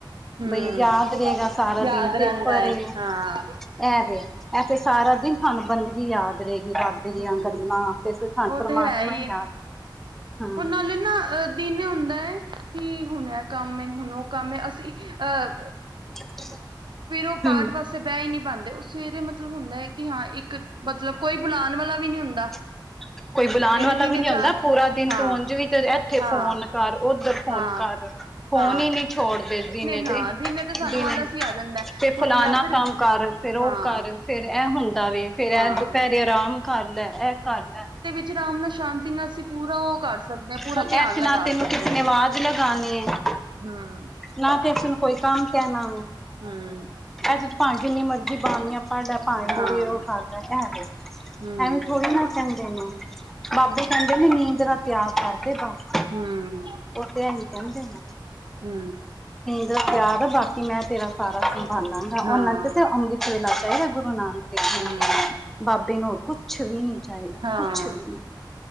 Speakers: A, on the right; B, in the centre.
A: ਹਮ
B: ਬਈ ਯਾਦ ਰਹੇਗਾ ਸਾਰਾ
A: ਯਾਦ
B: ਦਿਨ ਪੇਪਰ
A: ਰਹਿੰਦਾ ਹੈ
B: ਏ।
A: ਹਾਂ
B: ਐਵੇ, ਐ ਫਿਰ ਸਾਰਾ ਦਿਨ ਸਾਨੂੰ ਬੰਦਗੀ ਯਾਦ ਰਹੇਗੀ, ਬਾਬ ਬਾਬੇ ਦੀਆਂ
A: ਹਮ
B: ਗੱਲਾਂ, ਫਿਰ ਤੁਾਨੂੰ
A: ਉਹ
B: ਪਰਮਾਤਮਾ
A: ਤੇ ਹੈ
B: ਹੀ
A: ਹੈ
B: ਯਾਦ ਹਾਂ
A: ਉਹ ਨਾਲੇ ਨਾ, ਅ ਦਿਨ ਹੁੰਦਾ, ਕਿ ਹੁਣ ਐ ਕੰਮ ਏ, ਹੁਣ ਉਹ ਕੰਮ ਏ, ਅਸੀਂ ਅ
B: <inaudible>
A: ਫਿਰ ਉਹ ਪਾਠ
B: ਹਮ
A: ਵਾਸ ਬਹਿ ਈ ਨਹੀਂ ਪਾਂਦੇ, ਉਹ ਸਵੇਰੇ ਮਤਲਬ ਹੁੰਦਾ ਹੈ ਕਿ ਹਾਂ, ਇੱਕ ਮਤਲਬ ਕੋਈ ਬੁਲਾਣ ਵਾਲਾ ਵੀ ਨੀ ਹੁੰਦਾ
B: <inaudible> ਕੋਈ ਬੁਲਾਨ
A: ਤੇ
B: ਵਾਲਾ
A: ਦਿਨੇ
B: ਵੀ ਨਹੀਂ ਹੁੰਦਾ,
A: ਚਾਰ
B: ਪੂਰਾ ਦਿਨ
A: ਹਾਂ
B: ਤੂੰ ਉੰਝ ਵੀ ਤੇ ਇੱਥੇ
A: ਹਾਂ
B: ਫੋਨ ਕਰ, ਓਧਰ ਫੋਨ
A: ਹਾਂ
B: ਕਰ। ਫੋਨ
A: ਹਾਂ
B: ਈ ਨਹੀਂ ਛੋੜਦੇ ਦਿਨੇ
A: ਹਾਂ
B: ਤੇ,
A: ਦਿਨੇ ਤੇ ਸਾਨੂੰ
B: ਦਿਨੇ
A: ਆਲਸ ਹੀ ਆ ਜਾਂਦਾ
B: ਤੇ
A: ਹੁਣ
B: ਫਲਾਨਾ
A: ਜਾਂ ਫਿਰ
B: ਕੰਮ ਕਰ, ਫਿਰ ਓ
A: ਹਾਂ
B: ਕਰ। ਫੇਰ ਐ ਹੁੰਦਾ ਵੇ, ਫੇਰ
A: ਹਾਂ
B: ਐ ਦੁਪਹਿਰੇ ਆਰਾਮ ਕਰਲੈ, ਐ ਕਰਲੈ।
A: ਚ ਅਰਾਮ ਨਾਲ ਸ਼ਾਂਤੀ ਨਾਲ ਅਸੀ ਪੂਰਾ ਓ ਕਰ ਸਕਦੇ ਆਂ, ਪੂਰਾ
B: ਹੁਣ ਇਹ
A: ਧਿਆਨ
B: ਚ
A: ਲਗਾ
B: ਨਾ ਤੈਨੂੰ
A: ਸਕਦੇ
B: ਕਿਸੇ ਨੇ
A: ਆਂ,
B: ਆਵਾਜ਼ ਲਗਾਉਣੀ ਹੈ
A: ਹੂੰ।
B: ਨਾ ਤੇ ਇਸੇ ਨੂੰ ਕੋਈ ਕੰਮ ਕਹਿਣਾ,
A: ਹਮ
B: ਐ'ਚ ਤਾ ਭਾਵੇਂ ਜਿੰਨੀ ਮਰਜ਼ੀ ਬਾਨੀਆ ਪਾਂਡਾ ਭਾਂਵੇ,
A: ਹਾਂ
B: ਪੂੜ ਉਹ ਖਾਦਾ ਏ,
A: ਹਮ
B: ਐਵੇਂ ਥੋੜ੍ਹੇ ਨਾ ਕਹਿੰਦੇ ਨੇ। ਬਾਬੇ ਕਹਿੰਦੇ ਨੇ, ਨੀਂਦ ਨਾਲ ਤਿਆਗ ਕਰਦੇ ਬਸ।
A: ਹੂੰ-ਹੂੰ-ਹੂੰ,
B: ਓਹ ਤੇ, ਐਹੀ ਕਹਿੰਦੇ ਨੇ‌।
A: ਹੂੰ।
B: ਤਿਆਰਦ ਬਾਕੀ ਮੈਂ ਤੇਰਾ ਸਾਰਾ ਸੰਭਾਲਾਂਗਾ
A: ਹਾਂ,
B: ਓਨਾਂ ਕੇਹਾ ਅੰਮ੍ਰਿਤ ਵੇਲਾ ਚਾਈਦਾ ਗੁਰੂ ਨਾਨਕ
A: ਹੂੰ,
B: ਬਾਬੇ ਨੂੰ ਹੋਰ ਕੁੱਛ ਵੀ ਨੀ ਚਾਈਦਾ
A: ਹਾਂ,
B: ਕੁਛ ਵੀ ਨੀ